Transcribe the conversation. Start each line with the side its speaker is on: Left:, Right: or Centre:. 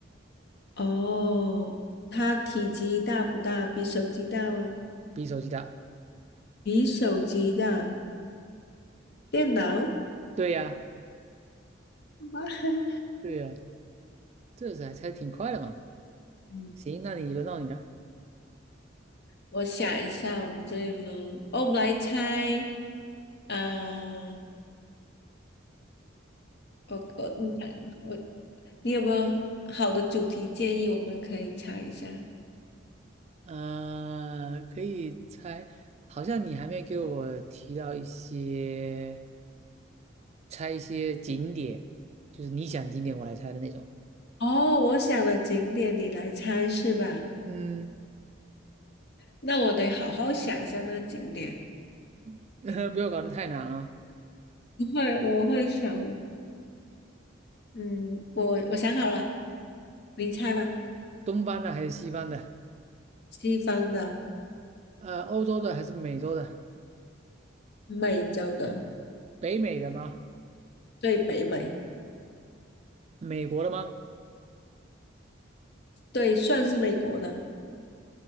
Left: 哦，它体积大不大？比手机大吗？
Right: 比手机大，
Left: 比手机大。电脑？好
Right: 对呀，
Left: 吧
Right: 对呀，这是还才挺快的嘛，
Left: <laughs>，嗯，
Right: 行，那你轮到你的。
Left: 我想一下，我们这一轮，哦，我们来猜，啊，我我你我，你有没有好的主题建议？我们可以猜一下。
Right: 呃，可以猜，好像你还没给我提到一些猜一些景点，就是你想景点我来猜的那种。
Left: 哦，我想的景点你来猜是吧？
Right: 嗯，
Left: 那我得好好想一下那个景点。
Right: <laughs>
Left: 嗯，
Right: 不要搞得太难啊。
Left: 不会，我会想，嗯，我我想好了，你猜吧。
Right: 东方的还是西方的？
Left: 西方的，
Right: 呃，欧洲的还是美洲的？
Left: 美洲的，
Right: 北美的吗？
Left: 对北美，
Right: 美国的吗？
Left: 对，算是美国的。